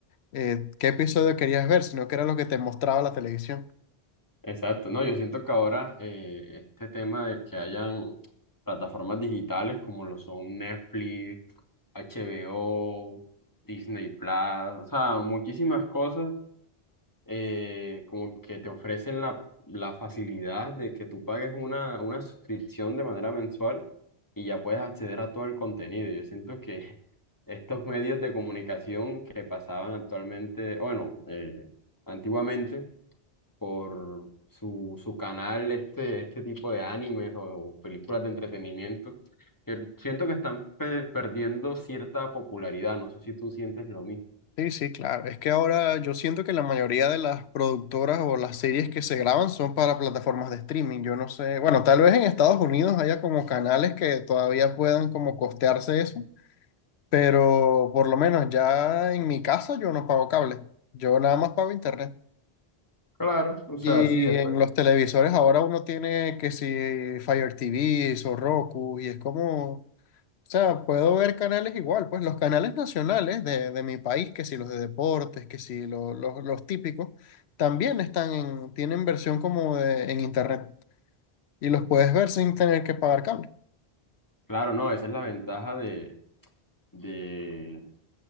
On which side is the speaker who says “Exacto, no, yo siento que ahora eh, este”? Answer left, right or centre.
Left